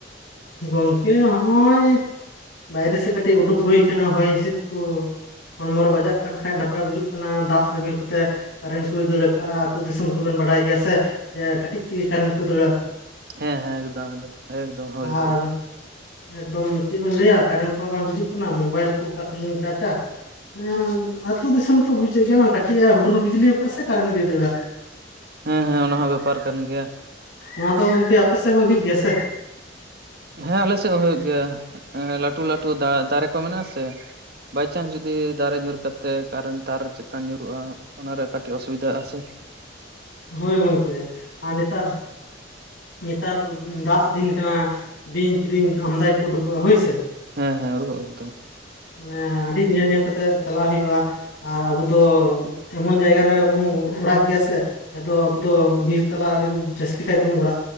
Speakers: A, on the left; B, on the right.
A: ᱜᱚᱝᱠᱮ, ᱦᱚᱜᱼᱚᱭ ᱼᱼ ᱵᱟᱭᱨᱮ ᱥᱮᱫ ᱠᱟᱹᱴᱤᱡ ᱩᱰᱩᱠ ᱦᱩᱭ ᱠᱟᱱᱟ ᱦᱚᱭ ᱦᱤᱸᱥᱤᱫ ᱠᱩᱼᱼ ᱦᱚᱲᱢᱚ ᱨᱮ ᱵᱟᱡᱟᱜ ᱠᱟᱱ ᱠᱷᱟᱡ ᱱᱟᱯᱟᱭ ᱵᱩᱡᱩᱜ ᱠᱟᱱᱟ ᱫᱟᱜ ᱨᱤᱢᱤᱞ ᱠᱚᱛᱮ᱾ ᱠᱟᱨᱮᱱᱴ ᱠᱚᱭ ᱫᱟᱹᱲ ᱠᱟᱜᱼᱟ ᱟᱹᱛᱩ ᱫᱤᱥᱚᱢ ᱠᱚᱵᱮᱱ ᱵᱟᱰᱟᱭ ᱜᱮᱭᱟ ᱥᱮ, ᱡᱮ ᱠᱟᱹᱴᱤᱡ ᱛᱮᱜᱮ ᱠᱟᱨᱮᱱᱴ ᱠᱚᱭ ᱫᱟᱹᱲᱟ᱾
B: ᱦᱮᱸ ᱦᱮᱸ ᱮᱠᱫᱚᱢ ᱮᱠᱫᱚᱢ᱾ ᱮᱠᱫᱚᱢ ᱦᱳᱭ ᱦᱳᱭ
A: ᱟᱨᱼᱼ ᱮᱠᱫᱚᱢ ᱪᱮᱫ ᱵᱮᱱ ᱞᱟᱹᱭᱟ ᱠᱟᱨᱮᱱᱴ ᱠᱚᱦᱚᱸ ᱵᱟᱝ ᱦᱤᱡᱩᱜ ᱠᱟᱱᱟ, ᱢᱳᱵᱟᱭᱤᱞ ᱠᱚ ᱚᱠᱟ ᱠᱷᱚᱱᱞᱤᱧ ᱪᱟᱨᱡᱟ᱾ <unintelligible> ᱟᱹᱛᱩ ᱫᱤᱥᱚᱢ ᱛᱚ ᱵᱩᱡᱮᱫ ᱜᱮᱭᱟ ᱵᱮᱱ ᱠᱟᱹᱴᱤᱡ ᱮ ᱦᱩᱰᱩᱨ ᱵᱤᱡᱽᱞᱤ ᱠᱟᱜᱼᱟ ᱥᱮ ᱠᱟᱨᱮᱱᱴ ᱜᱮᱭ ᱫᱟᱹᱲᱟ᱾
B: ᱦᱮᱸ ᱦᱮᱸ ᱚᱱᱟ ᱦᱚᱸ ᱵᱮᱯᱟᱨ ᱠᱟᱱ ᱜᱮᱭᱟ᱾
A: ᱚᱱᱟ ᱫᱚ ᱜᱚᱝᱠᱮ ᱟᱯᱮ ᱥᱮᱫ ᱦᱚᱸ ᱦᱩᱭᱩᱜ ᱜᱮᱭᱟ ᱥᱮ?
B: ᱦᱮᱸ ᱟᱞᱮ ᱥᱮᱫ ᱦᱚᱸ ᱦᱩᱭᱩᱜ ᱜᱮᱭᱟ ᱞᱟᱴᱷᱩ ᱞᱟᱴᱷᱩ ᱫᱟ ᱫᱟᱨᱮ ᱠᱚ ᱢᱮᱱᱟᱜᱼᱟ ᱥᱮ᱾ ᱵᱟᱭᱪᱟᱱᱥ ᱡᱩᱫᱤ ᱫᱟᱨᱮ ᱧᱩᱨ ᱠᱟᱛᱮ ᱠᱟᱨᱮᱱᱴ ᱛᱟᱨ ᱪᱮᱛᱟᱱ ᱧᱩᱨᱩᱜᱼᱟ᱾ ᱚᱱᱟᱨᱮ ᱠᱟᱹᱴᱤᱡ ᱚᱥᱩᱵᱤᱫᱟᱜ ᱟᱥᱮ ᱾
A: ᱦᱳᱭ ᱜᱚᱢᱠᱮ ᱟᱨ ᱱᱮᱛᱟᱨᱼᱼ ᱱᱮᱛᱟᱨ ᱫᱟᱜ ᱫᱤᱱ ᱠᱟᱱᱟ, ᱵᱤᱧ ᱠᱤᱫᱤᱧ ᱟᱢᱫᱟ ᱜᱮᱠᱚ ᱩᱰᱩᱠᱚᱜᱼᱟ ᱦᱳᱭ ᱥᱮ᱾
B: ᱦᱮᱸ ᱦᱮᱸ ᱩᱰᱩᱠᱚᱜ <unintelligible>
A: ᱢᱟᱱᱮ ᱟᱹᱰᱤ ᱧᱮᱞ ᱧᱮᱞ ᱠᱟᱛᱮ ᱪᱟᱞᱟᱜ ᱦᱩᱭᱩᱜᱼᱟ ᱟᱨ ᱟᱵᱚ ᱫᱚᱼᱼ ᱮᱢᱚᱱ ᱡᱟᱭᱜᱟ ᱨᱮ ᱟᱵᱚ ᱚᱲᱟᱜ ᱜᱮᱭᱟ ᱥᱮᱼᱼ ᱡᱟᱦᱟᱸ ᱫᱚ ᱟᱵᱚ ᱫᱚ ᱵᱤᱨ ᱛᱟᱞᱟ ᱨᱮ ᱡᱟᱹᱥᱛᱤ ᱠᱷᱟᱡ ᱛᱮᱵᱚᱱ ᱚᱲᱟᱜ